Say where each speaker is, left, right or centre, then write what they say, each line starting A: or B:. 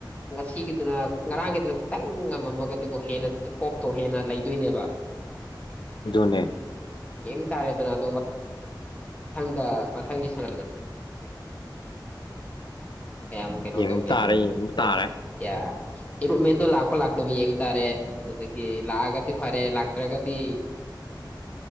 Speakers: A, on the left; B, on the left.
A: ꯉꯁꯤꯒꯤꯗꯨꯅ ꯉꯔꯥꯡꯒꯤꯗꯨꯅ ꯈꯤꯇꯪ ꯉꯝꯃꯝꯃꯒꯗꯤꯀꯣ ꯍꯦꯟꯅ ꯆꯤꯞ ꯍꯣꯞꯇꯣ ꯍꯦꯟꯅ ꯂꯩꯗꯣꯏꯅꯦꯕ
B: ꯑꯗꯨꯅꯦ
A: ꯌꯦꯡ ꯇꯥꯔꯦꯗꯅ ꯑꯗꯣ ꯃꯠ ꯊꯪꯗ ꯃꯊꯪꯒꯤ ꯁꯥꯟꯅꯔꯦꯅ ꯀꯌꯥꯝ ꯀꯩꯅꯣ
B: ꯌꯦꯡꯕ
A: ꯇꯧꯒꯦ
B: ꯇꯥꯔꯦ
A: ꯍꯥꯕꯗꯣ
B: ꯌꯦꯡꯕ ꯇꯥꯔꯦ
A: ꯑꯩ ꯀꯌꯥ ꯏꯝꯄꯔꯨꯞꯃꯦꯟꯗꯣ ꯂꯥꯛꯄ ꯂꯥꯛ ꯇꯕꯨ ꯌꯦꯡ ꯇꯥꯔꯦ ꯑꯗꯨꯗꯒꯤ ꯂꯥꯛꯑꯒꯗꯤ ꯐꯔꯦ ꯂꯥꯛꯇ꯭ꯔꯒꯗꯤ